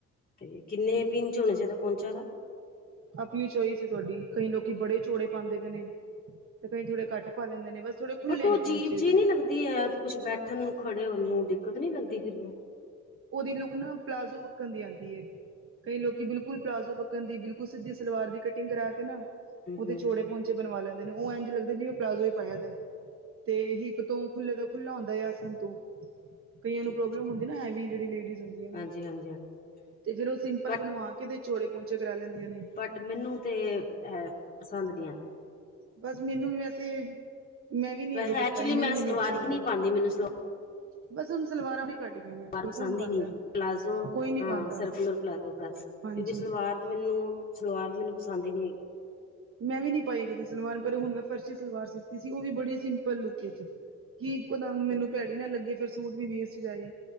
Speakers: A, on the left; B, on the right.
A: ਤੇ ਕਿੰਨੇ ਕ ਈਂਚ ਹੋਣਾ ਚਾਈਦਾ ਪੋਂਚਾ ਓਦਾ?
B: ਅਪਣੀ ਚੋਇਸ ਐ ਤੁਆਡੀ, ਕਈ ਲੋਕੀ ਬੜੇ ਚੋੜੇ ਪਾਂਦੇ ਪਏ ਨੇ। ਤੇ ਕਈ ਥੋੜੇ ਘੱਟ ਪਾ ਲੈਂਦੇ ਨੇ, ਬਸ ਥੋੜੇ ਖੁੱਲੇ
A: ਬੱਟ ਓ
B: ਨੇ
A: ਅਜੀਬ
B: ਪੋਂਚੇ
A: ਜੀ
B: ਤੇ
A: ਨੀ ਲੱਗਦੀ ਐ ਕੁੱਛ ਬੈਠਣ ਨੂੰ, ਖੜੇ ਹੋਨ ਨੂੰ, ਦਿੱਕਤ ਨੀਂ ਲੱਗਦੀ ਫੇਰ
B: ਓਦੀ ਲੁੱਕ ਨਾ ਪਲਾਜ਼ੋ ਵੱਕਣ ਦੀ ਆਂਦੀ ਏ। ਕਈ ਲੋਕੀ ਬਿਲਕੁੱਲ ਪਲਾਜ਼ੋ ਵੱਕਣ ਦੀ ਬਿਲਕੁੱਲ ਸਿੱਧੀ ਸਲਵਾਰ ਦੀ ਕਟਿੰਗ ਕਰਾ ਕੇ ਨਾ,
A: ਹੂੰ
B: ਓਦੇ
A: ਹੂੰ
B: ਚੋੜੇ ਪੋਂਚੇ ਬਣਵਾ ਲੈਂਦੇ ਨੇ, ਓ ਐਂਜ ਲਗਦੈ ਜਿਵੇ ਪਲਾਜ਼ੋ ਹੀ ਪਾਯਾ ਦੈ। ਤੇ ਹਿੱਪ ਤੋਂ ਖੁੱਲੇ ਦਾ ਖੁੱਲਾ ਹੁੰਦਾ ਐ ਆਸਨ ਤੋ ਕਈਆਂ
A: ਠੀਕ
B: ਨੂੰ ਪ੍ਰੋਬਲਮ
A: ਠੀਕ
B: ਹੁੰਦੀ ਨਾ ਹੈਵੀ ਜੇ ਲੇਡੀਜ਼ ਹੁੰਦੀਆਂ
A: ਹਾਂਜੀ ਹਾਂਜੀ ਹਾਂਜੀ
B: ਤੇ ਫੇਰ ਓ ਸਿੰਪਲ
A: ਬਟ
B: ਬਨਵਾਕੇ ਤੇ ਚੋੜੇ ਪੋਂਚੇ ਕਰਾ ਲੈਂਦੀਆਂ ਨੇ।
A: ਬੱਟ, ਮੇਨੂੰ ਤੇ ਐ ਪਸੰਦ ਨੀਂ ਐ।
B: ਬਸ, ਮੈਨੂੰ ਵੀ ਵੈਸੇ ਮੈਂ ਵੀ ਨੀਂ
A: ਵੈਸੇ
B: ਅਜੇ ਤੱਕ
A: ਐਕਚੁਲੀ
B: ਪਾਏ ਮੈਨੂੰ
A: ਮੈਂ ਸਲਵਾਰ
B: ਵੀ ਨੀ ਅੱਛਾ
A: ਹੀ
B: ਲੱਗਿਆ।
A: ਨਹੀਂ ਪਾਉਂਦੀ ਮੈਨੂੰ ਸਲਵਾਰ
B: ਬਸ, ਹੁਨ ਸਲਵਾਰਾਂ ਵੀ ਘੱਟ ਗਈਆਂ ਨੇ ਅੱਜ
A: ਪਸਦ
B: ਕੱਲ ਕੌਣ ਪਾਉਂਦਾ
A: ਈਂ ਨੀਂ ਐ। ਪਲਾਜ਼ੋ
B: ਕੋਈ ਨੀ
A: ਹਾਂ,
B: ਪਾਉਂਦਾ
A: ਸਰਕੂਲਰ ਪਲਾਜ਼ੋ ਬਸ।
B: ਹਾਂਜੀ
A: ਕਿਉਂਕਿ ਸਲਵਾਰ ਤੇ ਮੇਨੂੰ ਸਲਵਾਰ ਵੀ ਮੇਨੂੰ ਪਸੰਦ ਹੀ ਨੀਂ ਹੈਗੀ।
B: ਮੈਂ ਵੀ ਨੀ ਪਾਈ ਕਦੀ ਸਲਵਾਰ, ਪਰ ਹੁਣ ਮੈਂ ਫਰਸ਼ੀ ਸਲਵਾਰ ਸੀਤੀ ਸੀ ਓ ਵੀ ਬੜੀ ਸਿੰਪਲ ਲੁੱਕ ਚ। ਕੀ ਇੱਕੋ ਦਮ
A: ਹੈਗੀ
B: ਮੇਨੂੰ ਭੈੜੀ ਨਾ ਲੱਗੇ, ਫੇਰ ਸੂਟ ਵੀ ਵੇਸਟ ਜਾਏ।